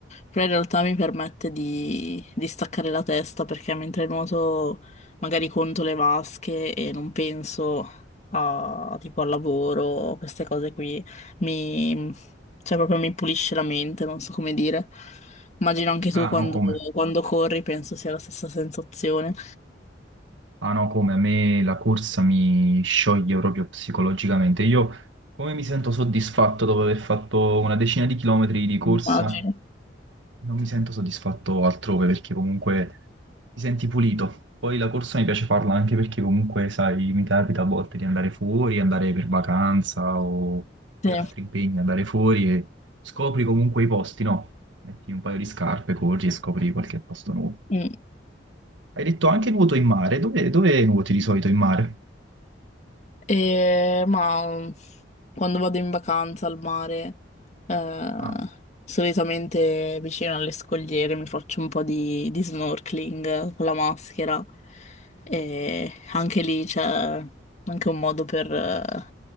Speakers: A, on the left (about 35°); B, on the right (about 80°).
A: Però in realtà mi permette di, di staccare la testa perché mentre nuoto magari conto le vasche e non penso a, tipo, al lavoro, queste cose qui, mi, cioè proprio mi pulisce la mente, non so come dire. Immagino anche tu
B: Ah,
A: quando,
B: no, come?
A: quando corri, penso sia la stessa sensazione.
B: Ah no, come a me la corsa mi scioglie proprio psicologicamente. Io come mi sento soddisfatto dopo aver fatto una decina di chilometri di corsa,
A: Immagino.
B: non mi sento soddisfatto altrove perché comunque ti senti pulito. Poi la corsa mi piace farla anche perché comunque, sai, mi capita a volte di andare fuori, andare per vacanza o per
A: Sì.
B: altri impegni, andare fuori e scopri comunque i posti, no? Metti un paio di scarpe, corri e scopri qualche posto nuovo.
A: Mm.
B: Hai detto anche nuoto in mare. Dove, dove nuoti di solito in mare?
A: E, ma quando vado in vacanza al mare, eh,
B: Ah,
A: solitamente vicino alle scogliere mi faccio un po' di, di snorkeling con la maschera e anche lì c'è anche un modo per eh,